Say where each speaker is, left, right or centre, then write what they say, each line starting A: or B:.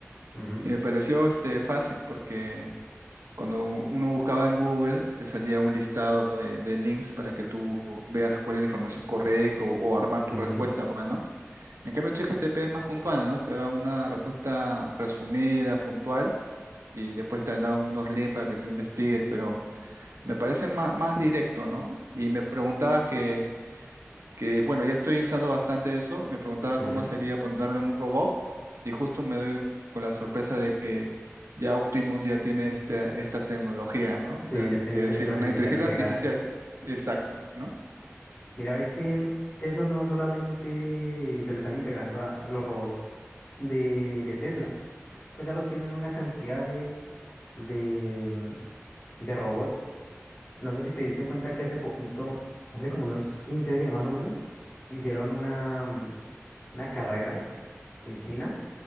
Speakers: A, on the left; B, on the right.
A: Ujú,
B: y me pareció este fácil porque cuando uno buscaba en Google te salía un listado de, de links para que tú veas cuál es la información correcta o, o armar
A: ujú,
B: tu respuesta, pues, ¿no? En cambio, ChatGPT es más puntual, ¿no? Te da una respuesta resumida, puntual y después te da unos links para que tú investigues, pero me parece más, más directo, ¿no? Y me preguntaba que que bueno, ya estoy usando bastante eso. Me preguntaba
A: ujú,
B: cómo
A: ujú.
B: sería ponerlo en un robot y justo me doy con la sorpresa de que ya Optimus ya tiene esta, esta tecnología, ¿no?
A: Sí,
B: De,
A: ya
B: de
A: tiene inteligencia
B: decir
A: artificial
B: una inteligencia
A: integrada.
B: artificial. Exacto, ¿no?
A: Mira, ve que eso no solamente se lo están integrando a, a los robots de, de Tesla. Eso ya lo tienen una cantidad de, de, mm, de robots No sé si te diste cuenta que hace poquito, hace como unos 15 días más o menos, hicieron una, mm, una carrera en China